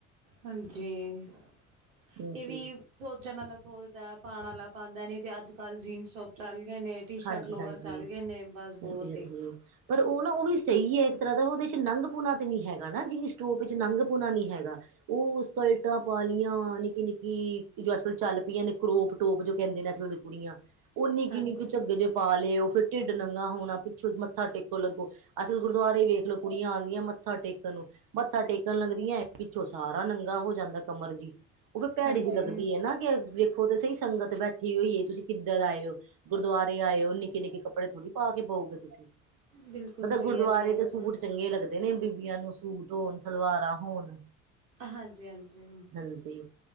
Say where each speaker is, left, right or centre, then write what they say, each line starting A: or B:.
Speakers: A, on the right; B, on the right.
A: ਹਾਂਜੀ
B: ਹਾਂਜੀ
A: ਇਹ ਵੀ ਸੋਚਣ ਵਾਲਾ ਸੋਚਦਾ ਹੈ। ਪਾਉਣ ਵਾਲਾ? ਪਾਉਂਦਾ ਨੀ ਤੇ ਅੱਜ ਕੱਲ੍ਹ ਜੀਨਸ ਟੋਪ ਚੱਲ ਗਏ ਨੇ ਟੀ ਸ਼ਰਟ
B: ਹਾਂਜੀ
A: ਲੋਵਰ
B: ਹਾਂਜੀ
A: ਚੱਲ ਗਏ ਨੇ। ਬਸ ਬਹੁਤ
B: ਹਾਂਜੀ ਹਾਂਜੀ
A: ਹੀ
B: ਪਰ ਉਹ ਨਾ ਉਹ ਵੀ ਸਹੀ ਹੈ ਇੱਕ ਤਰ੍ਹਾਂ ਦਾ ਉਹਦੇ 'ਚ ਨੰਗ ਪੂਣਾ ਤੇ ਨੀ ਹੈਗਾ ਨਾ ਜੀ। ਟੋਪ ਵਿੱਚ ਨੰਗ ਪੂਣਾ ਨੀ ਹੈਗਾ ਉਹ ਸਕਲਟਾਂ ਪਾ ਲਈਆਂ ਨਿੱਕੀ ਨਿੱਕੀ ਜੋ ਅੱਜਕੱਲ ਚਲ। ਚੱਲਦੀਆ ਨੇ ਕਰੋਪ ਟੋਪ ਜੋ ਕਹਿੰਦੇ ਨੇ ਅਜਕੱਲ ਦੀ ਕੁੜੀਆਂ ਉਹ ਨਿੱਕੀ
A: ਹਾਂਜੀ।
B: ਨੰਗੇ ਜੇ ਪਾ ਲਏ ਉਹ ਫਿਰ ਢਿੱਡ ਨੰਗਾ ਹੋਣਾ ਪਿੱਛੋਂ ਮੱਥਾ ਟੇਕੋ ਲੱਗੋ ਅਸਲ ਗੁਰਦੁਆਰੇ ਵੇਖ ਲੋ ਕੁੜੀਆਂ ਆਉਂਦੀਆਂ ਮੱਥਾ ਟੇਕਣ ਨੂੰ ਮੱਥਾ ਟੇਕਣ ਲੱਗਦੀਆਂ ਹੈ ਪਿੱਛੋਂ ਸਾਰਾ ਸਾਰਾ ਨੰਗਾ ਹੋ ਜਾਂਦਾ ਕਮਰ ਜਿਹੀ ਉਹ ਫਿਰ ਭੈੜੀ
A: ਹਾਂਜੀ,
B: ਜਿਹੀ ਲੱਗਦੀ ਹੈ ਨਾ ਕਿ ਵੇਖੋ ਤੇ ਸਹੀ ਸੰਗਤ ਬੇ ਇਕੱਠੀ ਹੋਈਏ ਤੁਸੀਂ ਕਿੱਧਰ ਆਏ ਓ? ਗੁਰਦੁਆਰੇ ਆਏ ਓ ਨਿੱਕੇ ਨਿੱਕੇ ਕੱਪੜੇ ਥੋੜੀ ਪਾ ਕੇ ਬਓਗੇ ਤੁਸੀਂ?
A: ਬਿਲਕੁਲ
B: ਮਤਲਬ
A: ਜੀ
B: ਗੁਰਦੁਆਰੇ
A: ਇਹ ਹੈ
B: ਤੇ
A: ਹੀ
B: ਸੂਟ ਚੰਗੇ ਲੱਗਦੇ ਨੇ ਬੀਬੀਆਂ ਨੂੰ ਸੂਟ ਹੋਣ ਸਲਵਾਰਾਂ। ਹੋਣ
A: ਹਾਂਜੀ ਹਾਂਜੀ।
B: ਹਾਂਜੀ